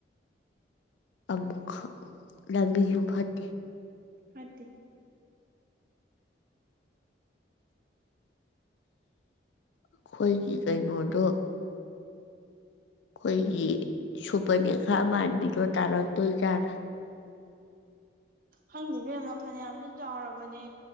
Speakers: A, on the left; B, on the right.
A: ꯑꯃꯨꯛ ꯈꯛ ꯂꯝꯕꯤꯌꯨ ꯐꯠꯇꯦ
B: ꯍꯇꯦ
A: ꯑꯈꯣꯏꯒꯤ ꯀꯩꯅꯣꯗꯣ ꯈꯣꯏꯒꯤ ꯁꯨꯄꯔꯅꯦꯈ꯭ꯔꯥ ꯃꯥꯟꯕꯤꯗꯣ ꯇꯥꯔꯛꯇꯣꯏꯖꯥꯠꯂꯥ
B: ꯍꯪꯅꯤꯕꯦꯝꯃ ꯐꯅꯌꯥꯝꯁꯨ ꯆꯥꯎꯔꯕꯅꯦ